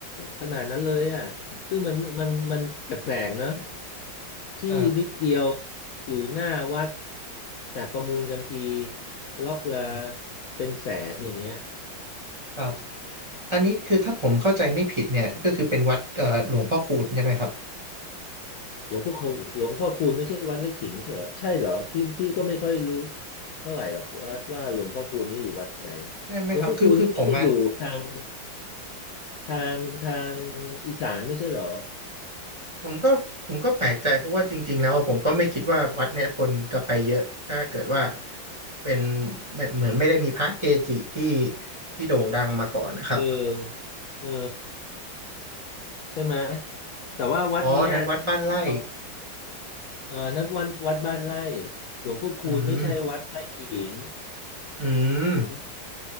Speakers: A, on the left (about 80°); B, on the right (about 20°).
A: ขนาดนั้นเลยอ่ะซึ่งมันมันมันแปลกๆเนอะที่นิดเดียว
B: อ่า
A: อยู่หน้าวัดแต่ประมูลกันทีล็อกละเป็นแสนอย่างเงี้ย
B: ครับอันนี้คือถ้าผมเข้าใจไม่ผิดเนี่ยก็คือเป็นวัดเอ่อหลวงพ่อคูณใช่ไหมครับ
A: หลวงพ่อคูหลวงพ่อคูณไม่ใช่วัดไร่ขิงไม่ใช่เหรอใช่เหรอพี่พี่ก็ไม่ค่อยรู้เท่าไหร่หรอกว่าว่าหลวงพ่อคูณนี่อยู่วัดไหน
B: ใช่ไหมครับคือคือผมอ่ะ
A: หลวงพ่อคูณนี่ไม่ใช่อยู่ทางทางทางอีสานไม่ใช่เหรอ
B: ผมก็ผมก็แปลกใจเพราะว่าจริงๆแล้วอะผมก็ไม่คิดว่าวัดเนี่ยคนจะไปเยอะถ้าเกิดว่าเป็นเหมือนไม่ได้มีพระเกจิที่ที่โด่งดังมาก่อนนะครับ
A: เออเออใช่ไหมแต่ว่าวัดเนี้ย
B: อ๋อนั้นวัดบ้านไร่
A: เอาเออนั้นวัดวัดบ้านไร่หลวงพ่อคูณไม่ใช่วัดไร่ขิง
B: อืมอืม
A: อืม